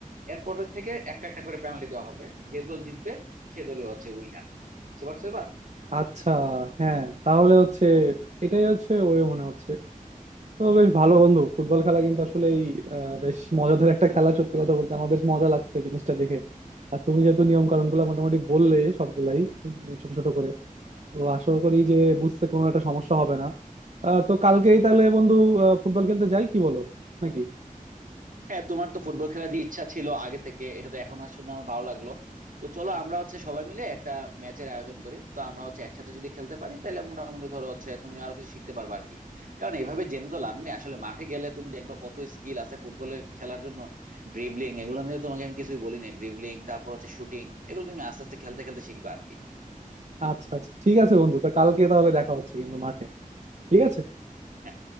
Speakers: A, on the right; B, on the right.
A: এরপরের থেকে একটা একটা করে পেনাল্টি দেওয়া হবে যে দল জিতবে সে দলই হচ্ছে উইনার বুঝতে পারছো এবার
B: আচ্ছা হ্যাঁ তাহলে হচ্ছে এটাই হচ্ছে ওয়ে মনে হচ্ছে তো বেশ ভালো বন্ধু ফুটবল খেলা কিন্তু আসলে এই বেশ মজাদার একটা খেলা সত্যি কথা বলতে আমার বেশ মজা লাগছে জিনিসটা দেখে আর তুমি যেহেতু নিয়ম কানুন গুলো মোটামুটি বললে সবগুলাই উম, ছোট ছোট করে তো আশা করি যে বুঝতে কোনো একটা সমস্যা হবে না আহ, তো কালকেই তাহলে বন্ধু আহ, ফুটবল খেলতে যাই কি বলো নাকি
A: হ্যাঁ তোমার তো ফুটবল খেলার যে ইচ্ছা ছিল আগে থেকে এটা তো এখন আর শুনে আমার ভালো লাগলো তো চলো আমরা হচ্ছে সবাই মিলে একটা ম্যাচের আয়োজন করি তো আমরা হচ্ছে একসাথে যদি খেলতে পারি তাহলে মোটামুটি ধরো হচ্ছে তুমি আরো কিছু শিখতে পারবে আর কি কারণ এভাবে জেনে তো লাভ নেই আসলে মাঠে গেলে তুমি দেখবে কত স্কিল আছে ফুটবলে খেলার জন্য ড্রিবলিং এগুলো নিয়ে তোমাকে আমি কিছুই বলি নাই ড্রিবলিং তারপর হচ্ছে শুটিং এগুলো তুমি আস্তে আস্তে খেলতে খেলতে শিখবা আর কি
B: আচ্ছা আচ্ছা ঠিক আছে বন্ধু তো কালকে তাহলে দেখা হচ্ছে কিন্তু মাঠে ঠিক আছে
A: হ্যাঁ